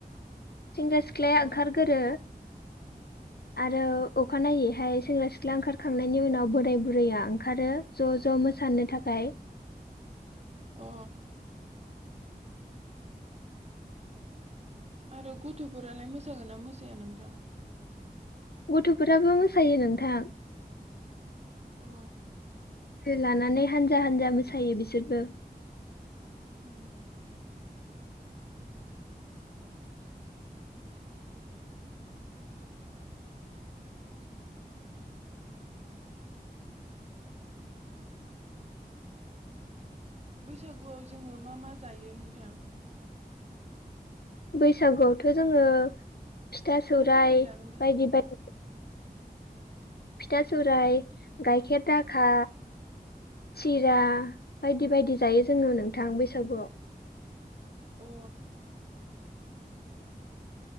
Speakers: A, on the left (about 75°); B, on the right (about 40°).
A: सेंग्रा सिख्लाया
B: अ
A: ओंखारगोरो आरो अखानायनायैहाय सेंग्रा सिख्ला ओंखारखांनायनि उनाव बोराय बुरैया ओंखारो ज' ज' मोसानो थाखाय
B: अ आरो गथ'फोरालाय मोसागोना मोसाया नोंथां
A: गथ'फोराबो मोसायो नोंथां
B: अ
A: लानानै हानजा हानजा मोसायो बिसोरबो
B: उम बैसागुआव जोङो मा मा जायो नोंथां?
A: बैसागुआवथ' जोङो फिथा सौराइ
B: सौराय जागोन
A: बायदि
B: ना?
A: बायदि फिथा सौराइ गाइखेर दाखा सिरा बायदि बायदि जायो जोङो नोंथां बैसागुआव
B: अ